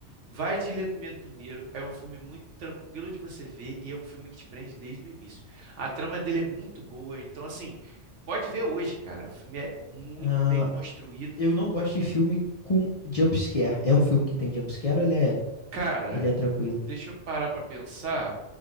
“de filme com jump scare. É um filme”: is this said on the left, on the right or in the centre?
Left